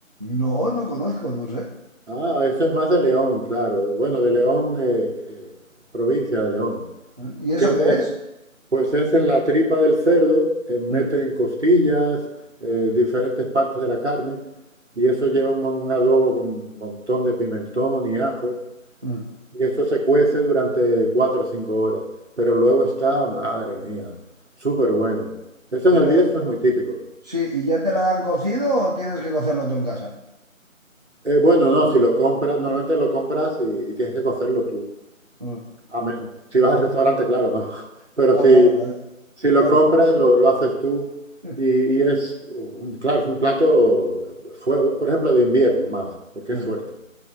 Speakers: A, on the right; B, on the right.
A: No, no conozco, no sé.
B: Ah, eso es más de León, claro. Bueno, de León, eh, eh, provincia de León.
A: ¿Eh? ¿Y eso
B: Que es,
A: qué
B: es-
A: es?
B: Pues es en la tripa del cerdo, eh, meten
A: Mm,
B: costillas, eh, diferentes partes de la carne, y eso lleva un, un adobo con un montón de pimentón y ajo,
A: mm.
B: y eso se cuece durante cuatro o cinco horas, pero luego está, madre mía, súper bueno. Eso
A: Pero
B: en el Bierzo es muy típico.
A: Sí, ¿y ya te la dan cocido o tienes que cocerlo tú en casa?
B: Eh, bueno, no, si lo compras, normalmente lo compras y, y tienes que cocerlo tú.
A: Mm.
B: Amén. Si vas al restaurante, claro, no. <laughs> Pero
A: No,
B: si,
A: claro, claro.
B: si
A: Espero.
B: lo compras, lo, lo haces tú
A: Mm.
B: y, y es, un- claro, es un plato, fue, por ejemplo, de invierno más, porque
A: mm,
B: es fuerte.